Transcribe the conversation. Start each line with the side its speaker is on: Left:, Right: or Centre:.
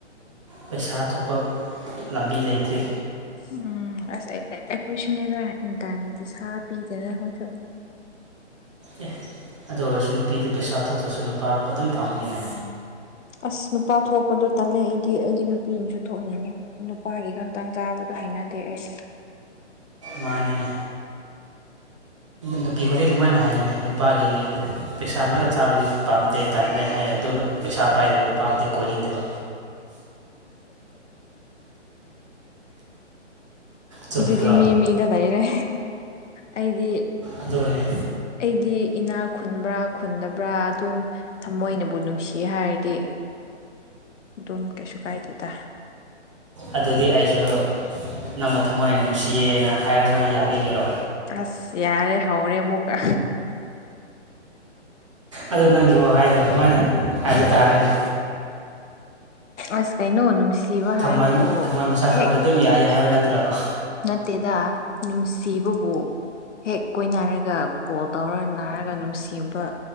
Right: ꯄꯩꯁꯥ ꯊꯣꯛꯄ ꯂꯝꯕꯤ ꯂꯩꯇ꯭ꯔꯤ
Left: ꯎꯝ ꯑꯁ ꯑꯩꯈꯣꯏ ꯁꯤꯅꯦꯗ ꯏꯟꯇꯔꯟ ꯄꯩꯁꯥ ꯄꯤꯗꯅ ꯑꯩꯈꯣꯏꯁꯨ
Right: ꯑꯦ ꯑꯗꯨ ꯑꯣꯏꯔꯁꯨ ꯅꯨꯄꯤꯗꯤ ꯄꯩꯁꯥ ꯊꯣꯛꯇ꯭ꯔꯁꯨ ꯅꯨꯄꯥ ꯑꯗꯨꯝ ꯐꯪꯕꯅꯤꯅꯦ
Left: ꯑꯁ ꯅꯨꯄꯥ ꯊꯣꯛꯄꯗꯣ ꯇꯜꯂꯦ ꯑꯩꯗꯤ ꯑꯩꯗꯤ ꯅꯨꯄꯤꯅꯁꯨ ꯊꯣꯛꯅꯤꯡꯉꯦ ꯅꯨꯄꯥꯒꯤ ꯈꯛꯇꯪ ꯆꯥꯕꯗꯣ ꯍꯥꯏꯅꯗꯦ ꯑꯩ
Right: ꯃꯥꯅꯤꯅꯦ ꯅꯨꯄꯤ ꯈꯨꯗꯤꯡ ꯑꯗꯨꯃꯥꯏꯅ ꯍꯥꯏꯌꯦꯅꯦ ꯅꯨꯄꯥꯒꯤ ꯄꯩꯁꯥ ꯉꯥꯛꯇ ꯆꯥꯕꯗꯤ ꯄꯥꯝꯗꯦ ꯇꯜꯂꯦ ꯍꯥꯏꯌꯦ ꯑꯗꯨ ꯄꯩꯁꯥ ꯄꯥꯏꯗꯕ ꯅꯨꯄꯥꯕꯨꯗꯤ ꯀꯣꯏꯅꯤꯡꯗꯕ ꯆꯨꯝꯗ꯭ꯔꯣ
Left: ꯑꯗꯨꯗꯤ ꯃꯤ ꯃꯤꯗ ꯂꯩꯔꯦ ꯑꯩꯗꯤ
Right: ꯑꯗꯨꯅꯦ
Left: ꯑꯩꯗꯤ ꯏꯅꯥꯛ ꯈꯨꯟꯕ꯭ꯔꯥ ꯈꯨꯟꯗꯕ꯭ꯔꯥ ꯑꯗꯨꯝ ꯊꯃꯣꯏꯅꯕꯨ ꯅꯨꯡꯁꯤ ꯍꯥꯏꯔꯗꯤ ꯑꯗꯨꯝ ꯀꯩꯁꯨ ꯀꯥꯏꯗꯦꯗ
Right: ꯑꯗꯨꯗꯤ ꯑꯩꯁꯨ ꯅꯪꯕꯨ ꯊꯃꯣꯏꯅ ꯅꯨꯡꯁꯤꯌꯦꯅ ꯍꯥꯏꯔ ꯅꯪ ꯌꯥꯕꯤꯒꯦꯔꯣ
Left: ꯑꯁ ꯌꯥꯔꯦ ꯍꯧꯔꯦ ꯑꯃꯨꯛꯀ
Right: ꯑꯗꯣ ꯅꯪꯒꯤ ꯋꯥꯍꯩꯗꯣ ꯑꯗꯨꯃꯥꯏꯅ ꯍꯥꯏꯕ ꯇꯥꯔꯦꯅꯦ
Left: ꯑꯁ ꯀꯩꯅꯣ ꯅꯨꯡꯁꯤꯕ
Right: ꯊꯝꯃꯣꯏ
Left: ꯍꯥꯏꯕꯕꯨ
Right: ꯊꯝꯃꯣꯏ ꯃꯁꯥ ꯈꯪꯗ
Left: ꯍꯦꯛ
Right: ꯑꯗꯨꯝ ꯌꯥꯏ ꯍꯥꯏꯕ ꯅꯠꯇ꯭ꯔꯥ
Left: ꯅꯠꯇꯦꯗ ꯅꯨꯡꯁꯤꯕꯕꯨ ꯍꯦꯛ ꯀꯣꯏꯅꯔꯒ ꯀꯣꯜ ꯇꯧꯔꯒ ꯅꯥꯔꯒ ꯅꯨꯡꯁꯤꯕ